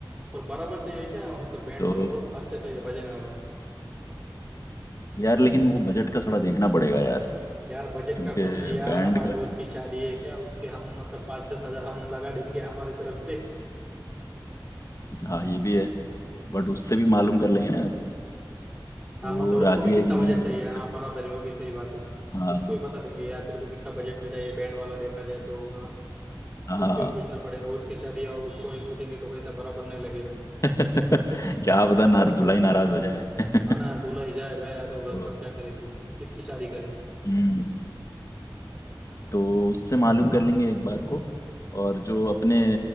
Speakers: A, on the right (about 15°); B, on the left (about 40°).
A: और बराबर चाहिए क्या मतलब बैंड
B: तो
A: वाला बहुत अच्छा चाहिए बजाने वाला
B: यार लेकिन वो बजट का थोड़ा देखना पड़ेगा यार
A: यार बजट
B: क्योंकि
A: का कुछ नहीं यार
B: बैंड
A: हमारे
B: का
A: दोस्त
B: तो,
A: की शादी है क्या उसके हम मतलब पाँच दस हजार हम लगा देंगे हमारी तरफ से
B: हाँ ये भी है बट उससे भी मालूम कर लेंगे ना
A: हाँ
B: वो
A: मतलब उसको
B: राजी
A: भी कितना
B: है कि नहीं
A: बजट
B: इस
A: चाहिए
B: बात
A: हाँ
B: पे
A: बराबर है वो भी सही बात है
B: हाँ
A: उसको भी बता देंगे यार तेरे को कितना बजट में चाहिए बैंड वाला देखा जाए तो हाँ
B: हाँ
A: उसको ही पूछना पड़ेगा उसकी शादी है और उसको नहीं पूछेंगे तो कैसा बराबर नहीं लगेगा
B: <laughs> क्या पता ना दुल्हा ही नाराज हो जाए <laughs>
A: है ना दूल्हा ही जाएगा यार तो घर
B: तो,
A: पर क्या करे फिर किसकी शादी करे
B: हम्म तो उससे मालूम कर लेंगे एक बार को और जो अपने